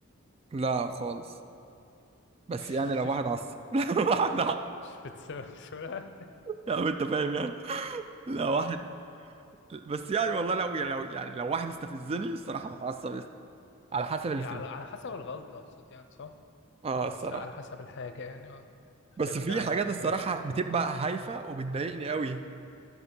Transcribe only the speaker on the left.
<laughs>
مش
مش بتسوى <laughs>
اه
إيه، على على حسب الغلطة أقصد يعني صح؟
بس على حسب الحاجة يعني اه حاجات
تعدي
في
حاجات ما تعدي